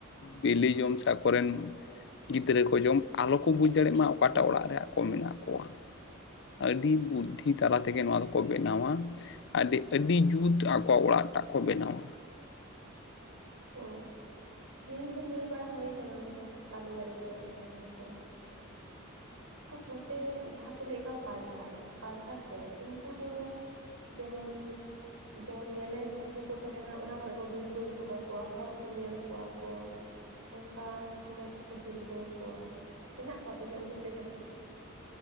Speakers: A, on the left (about 55°); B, on the right (about 85°).
A: ᱵᱤᱞᱤ ᱡᱚᱝ ᱥᱮ ᱟᱠᱚᱨᱮᱱ ᱜᱤᱫᱽᱨᱟᱹ ᱠᱚ ᱡᱚᱢ ᱟᱞᱚ ᱠᱚ ᱵᱩᱡᱽ ᱫᱟᱲᱮᱜ ᱢᱟ ᱚᱠᱟᱴᱟᱜ ᱚᱲᱟᱜ ᱨᱮ ᱟᱠᱚ ᱢᱮᱱᱟᱜ ᱠᱚᱣᱟ ᱟᱹᱰᱤ ᱵᱩᱫᱽᱫᱷᱤ ᱛᱟᱞᱟ ᱛᱮᱜᱮ ᱱᱚᱣᱟ ᱫᱚᱠᱚ ᱵᱮᱱᱟᱣᱟ᱾ ᱟᱹᱰᱤ ᱟᱹᱰᱤ ᱡᱩᱛ ᱟᱠᱚᱣᱟᱜ ᱚᱲᱟᱜ ᱴᱟᱜ ᱠᱚ ᱵᱮᱱᱟᱣᱟ᱾
B: ᱦᱚ ᱧᱮᱞ ᱫᱚ ᱧᱮᱞ ᱵᱟᱲᱟ ᱦᱩᱭ ᱠᱟᱱᱟ ᱚᱱᱠᱟ ᱛᱟᱞᱮ ᱫᱟᱨᱮ ᱠᱚᱨᱮᱜ ᱠᱚ ᱛᱟᱦᱮᱱᱟᱠᱚ᱾ ᱟᱨ ᱱᱚᱛᱮ ᱡᱟᱦᱟᱸ ᱠᱚ ᱞᱟᱹᱭᱮᱫ ᱠᱚᱣᱟ ᱯᱟᱡᱷᱟᱲ ᱯᱟᱡᱷᱟᱲ ᱪᱮᱬᱮ ᱩᱱᱠᱩ ᱫᱚ ᱡᱮᱢᱚᱱ ᱡᱮᱢᱚᱱ ᱧᱮᱞᱮ ᱛᱩᱠᱟᱹ ᱠᱚ ᱛᱟᱦᱮᱱᱟ ᱚᱱᱟ ᱠᱚᱨᱮ ᱠᱚ ᱵᱷᱤᱲᱠᱟᱹᱣ ᱦᱚᱴᱚ ᱠᱟᱠᱚ ᱠᱚᱣᱟ ᱦᱚᱲ ᱠᱚ ᱧᱮᱞ ᱠᱚᱣᱟ ᱠᱚ᱾ ᱚᱱᱠᱟ ᱥᱚᱢᱚᱭ ᱠᱚ ᱵᱷᱤᱲᱠᱟᱹᱣ ᱠᱚᱣᱟ ᱢᱮᱱᱟᱜ ᱠᱚᱣᱟ ᱟᱯᱮ ᱥᱮᱫ ᱩᱱᱠᱩ ᱪᱮᱫ ᱞᱮᱠᱟ‌‌?